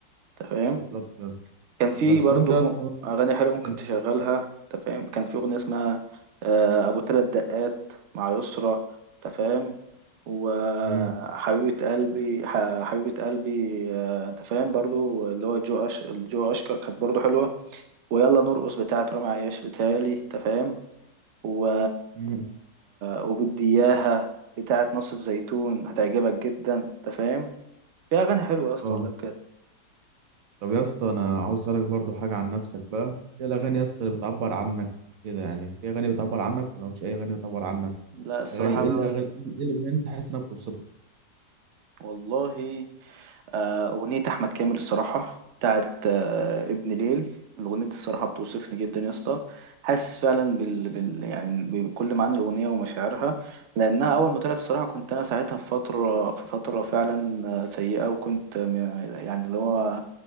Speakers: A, on the right; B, on the right.
A: انت فاهم
B: بالظبط يا اسطى
A: كان في
B: بالظبط
A: برضو
B: طب أنت يا
A: م-
B: اسطى بقى
A: أغاني حلوة ممكن
B: إيه؟
A: تشغلها أنت فاهم كان في أغنية اسمها آه، أبو تلات دقات مع يسرا أنت فاهم وحبيبة
B: مم،
A: قلبي ح- حبيبة قلبي آه، أنت فاهم برضو اللي هو جو أش جو أشكر كانت برضو حلوة ويلا نرقص بتاعة رامي عياش بتهيألي أنت فاهم و...
B: مم،
A: وبدياها بتاعة نصف زيتون هتعجبك جدا أنت فاهم في أغاني حلوة يا اسطى
B: أه
A: والله بجد
B: طب يا اسطى أنا عاوز أسألك برضو حاجة عن نفسك بقى إيه الأغاني يا اسطى اللي بتعبر عنك كده يعني في أغاني بتعبر عنك ولا مفيش أي أغاني بتعبر عنك؟
A: لا الصراحة
B: أغاني إيه الأغاني إيه الأغاني اللي أنت حاسس إنها بتوصفك؟
A: والله آه، أغنية أحمد كامل الصراحة بتاعت آه، ابن ليل الأغنية دي الصراحة بتوصفني جدا يا اسطى حاسس فعلا بال... بال... يعني بكل معاني الأغنية ومشاعرها لأنها أول ما طلعت الصراحة كنت أنا ساعتها في فترة في فترة فعلا آه، سيئة وكنت م- يعني اللي هو